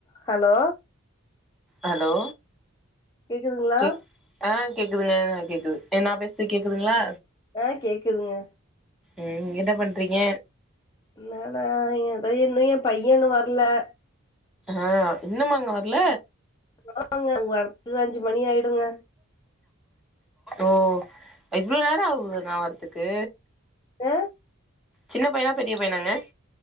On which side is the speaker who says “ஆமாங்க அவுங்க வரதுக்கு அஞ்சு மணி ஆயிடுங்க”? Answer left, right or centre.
Left